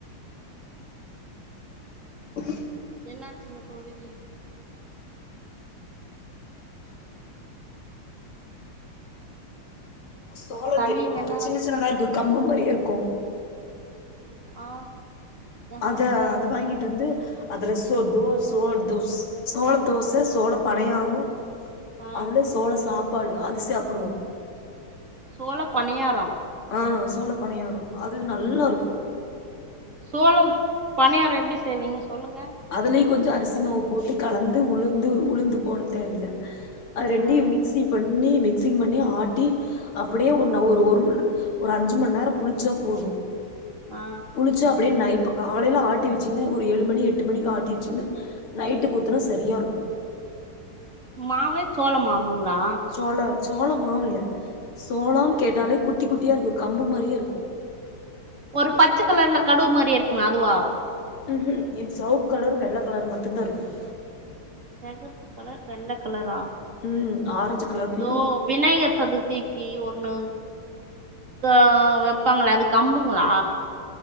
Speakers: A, on the left; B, on the right.
A: <unintelligible>
B: என்னாச்சிங்க தோழிகி
A: சோளோ
B: தண்ணி
A: தெரியுமா
B: வேணா
A: சின்ன சின்தா இருக்கு கம்பு மாரியே இருக்கு
B: ஆ ஆஹா
A: அத
B: இல்ல எனக்கு
A: அது வாங்கிட்டு
B: தெரியாது
A: வந்து அதுல தோ தோசதா தொஸ் சோர தோச சோள பனையாரு
B: ஆ
A: அதுல சோள சாப்பாடு அது சாப்டுவோ
B: சோள பணியாரோ
A: ஆஹ் சோள பனியாரோ அது நல்லாருக்கு
B: சோளம் பணியாரோ எப்டி செய்வீங்க சொல்லுங்க
A: அதுலயு கொஞ்சோ அரிசி மாவு போட்டு கலந்து உளுந்து உளுந்து போட தேவல அது ரெண்டயு
B: ஆ
A: மிக்ஸி பண் பண்ணி மிக்சிங் பண்ணி ஆட்டி அப்படியே ஒன் ஒரு ஒரு ம ஒரு அஞ்சு மண் நேரம் புளிச்சா போதும்
B: ஆ
A: புளிச்சு அப்படியே நை இப்ப காலைல ஆட்டி வெச்சிங்னா ஒரு ஏழு மணி எட் எட்டு மணிக்கு ஆட்டி வெச்சீங்னா நைட்டு குத்னா சரியா இருக்கும்
B: மாவு சோள மாவுங்ளா
A: சோள சோள மாவு இல்ல சோலொன்னு கேட்டாலே குட் குட்டி குட்டியா இருக்கும் கம்பு மாரியே இருக்கும்
B: ஒரு பச்ச கலர்ல கடுவு மாதிரியே இருக்குமா அதுவா
A: ம்ஹும் இத் சவுப் கலர் வெள்ள கலர் மட்டும் தான் இருக்கும்
B: செகப்பு கலர் வெள்ள கலரா
A: ம் ஆரஞ்சு கலர்லயு
B: தோ விநாயகர் சதுர்த்தி கி ஒண்ணு க வெப்பாங்ள அது கம்புங்ளா